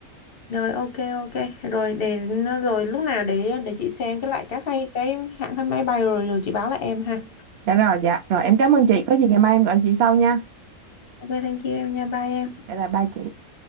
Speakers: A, on the left; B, on the right.
A: Rồi ok ok rồi để rồi lúc nào để để chị xem cái lại các cái cái hãng máy bay rồi rồi chị báo lại em ha.
B: Dạ rồi, dạ. Rồi em cảm ơn chị. Có gì ngày mai em gọi chị sau nha.
A: Ok thank you em nha bye em.
B: Dạ là ba chị.